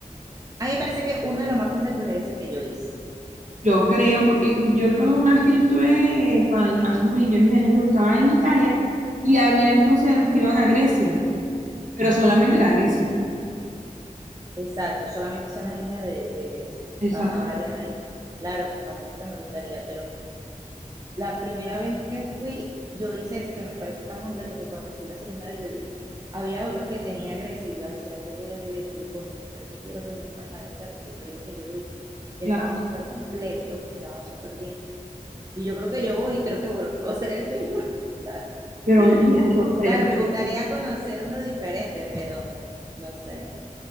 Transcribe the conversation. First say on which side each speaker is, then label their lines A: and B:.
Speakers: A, on the right; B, on the right.
A: A mí me parece que uno de los más completos es ese que yo hice.
B: Yo creo, porque yo recuerdo una vez que yo estuve, eh, cuando- hace millones de años, lo estaba en Italia y habían cruceros que iban a Grecia, pero solamente era Grecia.
A: Exacto, solamente son las islas de, de Grecia.
B: Exacto,
A: Van a varias ahí. Claro, a mí porque me gustaría, pero la primera vez que fui, yo hice ese que me pareció tan completo que cuando fui la segunda vez yo dije, había otro que tenía Grecia y yo, ay, ¿será que voy al de Grecia? Y yo, coño, no, pero es que quiero que mi mamá haga ese recorrido que yo hice, que
B: claro.
A: estaba súper completo, que estaba súper bien. Y yo creo que yo voy y creo que vuelvo a ser el mismo. <laughs>
B: Pero mira los precios.
A: Claro, me gustaría conocer uno diferente, pero no sé.